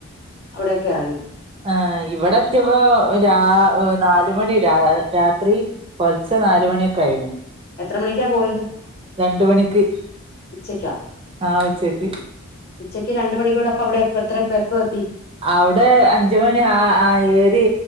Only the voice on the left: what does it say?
അവിടെയൊക്കെ എറങ്ങി
എത്ര മണിക്കാ പോയത്?
ഉച്ചക്കാ
ഉച്ചയ്ക്ക് രണ്ട് മണിക്കൂടെ അപ്പ അവിടെ എപ്പത്ര എപ്പ എപ്പത്തി